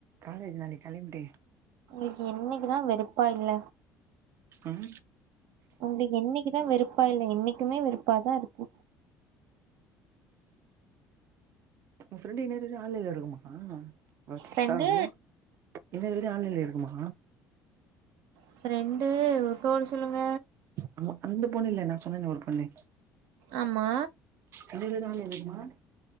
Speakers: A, on the right; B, on the right.
A: காலேஜு நாளைக் கெளம்மிடு
B: ஒங்களுக்கு என்னக்கிதா வெறுப்பா இல்ல
A: ம்
B: ஒங்களக்கு என்னக்கி தா வெறுப்பா இல்ல என்னக்கிமே வெறுப்பாதா இருக்கு
A: ஒ ஃப்ரெண்டு் இனனேரத்ல கூட ஆன்லல இருக்குமா வர்சா
B: ஃப்ரெண்டு
A: ஓ இன்நேர வர ஆன்லைன்ல இருக்குமா
B: ஃப்ரெண்டு ஒக்க ஒர்ட சொல்லுங்க
A: ஆமா அந்த பொண்ணு இல்ல நா சொன்னனே ஒரு பொண்ணு
B: ஆமா
A: அதுல நாலு இருக்குமா